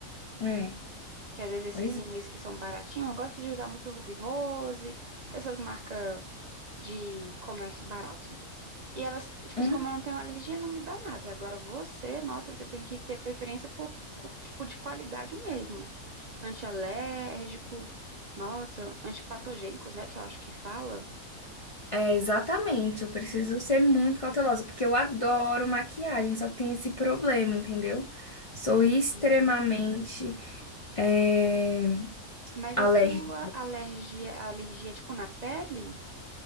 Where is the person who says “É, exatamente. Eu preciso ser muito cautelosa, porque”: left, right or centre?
Left